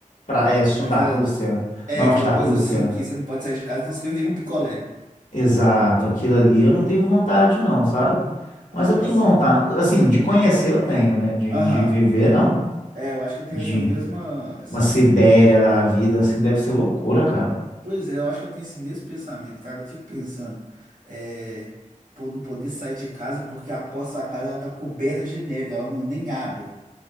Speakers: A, on the left; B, on the right.
A: pra, é, sul
B: Aquela-
A: da Rússia,
B: É
A: norte
B: aquela
A: da
B: coisa
A: Rússia.
B: assim que você não pode sair de casa, não você <laughs> vira um picolé.
A: Exato, aquilo ali eu não tenho vontade, não, sabe?
B: Ah,
A: Mas eu tenho
B: sim.
A: vontade, assim, de conhecer eu tenho, né? De,
B: Aham.
A: de viver, não.
B: É, eu acho que eu tenho
A: De
B: essa mesma. Esse
A: uma Sibéria
B: esse mesmo.
A: da vida, assim, deve ser loucura, cara.
B: Pois é, eu acho que eu tenho esse mesmo pensamento, cara. Eu fico pensando. É, pô, não poder sair de casa porque a porta da casa ela tá coberta de neve, ela não, nem abre.